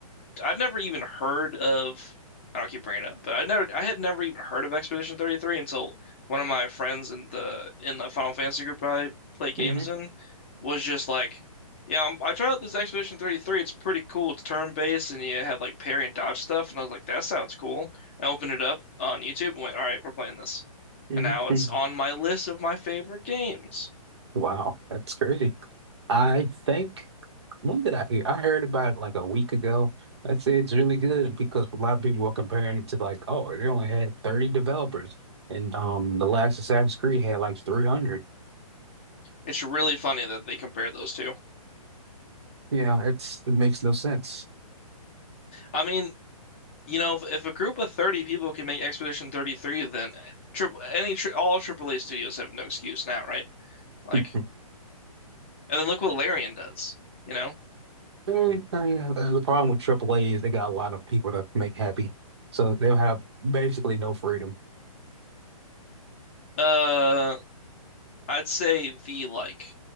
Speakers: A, on the left; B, on the right.
A: I've never even heard of. I don't keep bringing it up, but I never, I had never even heard of Expedition 33 until one of my friends in the in the Final Fantasy group I play games
B: hmm
A: in was just like, "Yeah, I'm, I tried out this Expedition 33. It's pretty cool. It's turn-based, and you have like parry and dodge stuff." And I was like, "That sounds cool." I opened it up on YouTube and went, "All right, we're playing this,"
B: hmm
A: and now it's on my list of my favorite games.
B: Wow, that's crazy. I think when did I hear? I heard about it like a week ago. I said it's really good because a lot of people were comparing it to like, oh, they only had 30 developers, and um, the last Assassin's Creed had like 300.
A: It's really funny that they compare those two.
B: Yeah, it's it makes no sense.
A: I mean, You know, if, if a group of 30 people can make Expedition 33, then triple any tri all AAA studios have no excuse now, right? Like,
B: Hmm.
A: and then look what Larian does, you know?
B: Very, very, uh, yeah, the problem with triple A is they got a lot of people to make happy, so they'll have basically no freedom.
A: Uh, I'd say the like